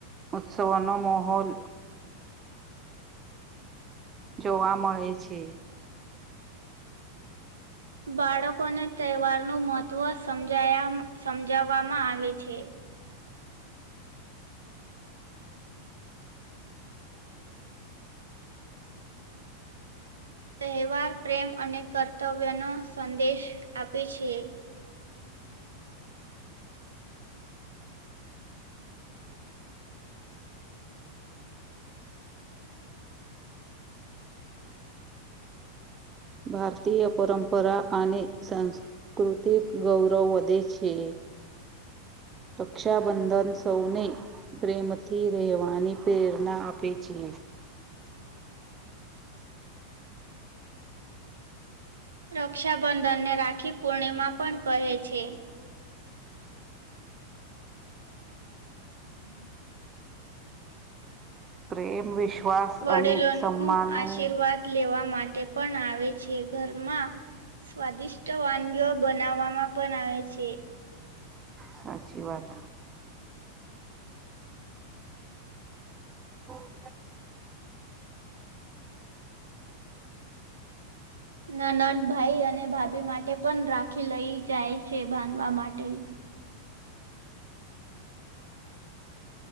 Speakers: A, on the right; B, on the right.
A: ઉત્સવ નો માહોલ જોવા મળે છે.
B: બાળકોને તહેવારનું મહત્વ સમજાયમ સમજાવવામાં આવે છે. તહેવાર પ્રેમ અને કર્તવ્યનો સંદેશ આપે છે.
A: ભારતીય પરંપરા અને સં કૃતિક ગૌરવ વધે છે. રક્ષાબંધન સૌને પ્રેમથી રહેવાની પ્રેરણા આપે છે.
B: <inaudible> રક્ષાબંધનને રાખી પૂર્ણિમા પણ કહે છે. <inaudible>
A: પ્રેમ વિશ્વાસ
B: વડીલોનું
A: અને સન્માનનું
B: આશીર્વાદ લેવા માટે પણ આવે છે. ઘરમાં સ્વાદિષ્ટ વાનગીઓ બનાવવામાં પણ આવે છે.
A: સાચી વાત. <inaudible>
B: નનંદ ભાઈ અને ભાભી માટે પણ રાખી લઈ જાય છે. બાંધવા માટે.